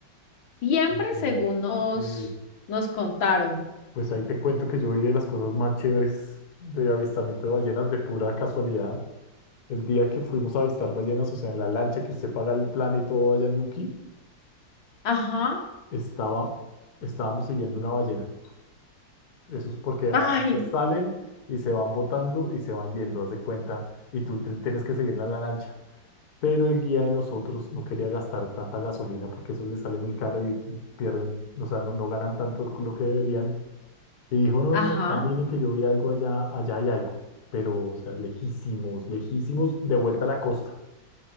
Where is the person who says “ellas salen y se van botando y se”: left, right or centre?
Left